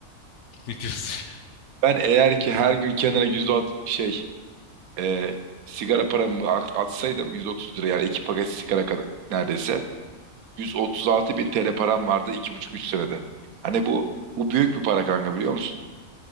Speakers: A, on the left (about 60°); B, on the right (about 85°).
A: <laughs> Ne diyorsun?
B: Ben eğer ki her gün kenara 160 şey e, sigara paramı at- atsaydım 130 lira yani iki paket sigara kadar neredeyse 136 bin TL param vardı iki buçuk üç senede. Hani bu bu büyük bir para kanka biliyor musun?